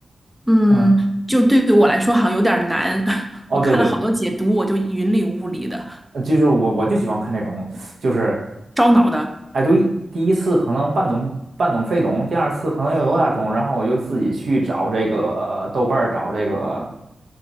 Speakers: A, in the centre; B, on the right.
A: 嗯，
B: 嗯，
A: 就是对于我来说好像有点儿难，<laughs>
B: 哦，
A: 我看了好多解读，
B: 对对，呃
A: 我就云里雾里的。
B: 就是我我就喜欢看这种，就是，
A: 烧脑的。
B: 哎，对，第一次可能半懂半懂非懂，第二次可能又有点儿懂，然后我就自己去找这个呃豆瓣儿找这个